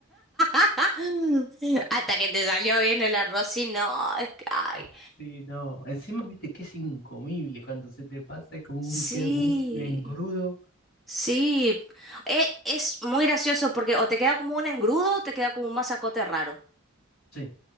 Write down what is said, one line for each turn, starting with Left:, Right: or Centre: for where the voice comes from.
Centre: <laughs> Hasta que te salió bien el arroz y no, es que, ay,
Left: Ah, Sí, no. Encima, viste que es incomible cuando se te pasa, es como
Centre: Sí,
Left: un, queda como un engrudo.
Centre: sí. E- es muy gracioso porque o te queda como un engrudo o te queda como un masacote raro.
Left: Sí,